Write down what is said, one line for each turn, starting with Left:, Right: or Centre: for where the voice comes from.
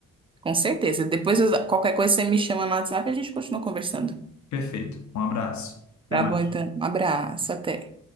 Right: Com certeza. Depois, eu- qualquer coisa, você me chama no WhatsApp e a gente continua conversando.
Left: Perfeito. Um abraço. Até
Right: Tá
Left: mais.
Right: bom, então. Um abraço, até.